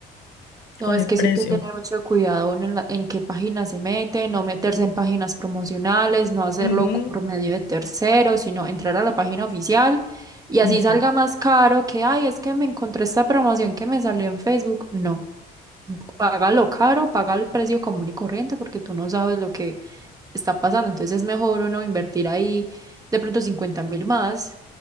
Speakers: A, on the right (about 20°); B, on the left (about 75°).
A: No,
B: con
A: es
B: el
A: que
B: precio.
A: eso hay que tener mucho cuidado uno en, la- en qué página se mete, no meterse en páginas promocionales, no hacerlo
B: Ujú,
A: por medio de terceros, sino entrar a la página oficial y así
B: Y hacerlo.
A: salga más caro que, ay, es que me encontré esta promoción que me salió en Facebook. No, paga lo caro, paga el precio común y corriente porque tú no sabes lo que está pasando. Entonces es mejor uno invertir ahí de pronto cincuenta mil más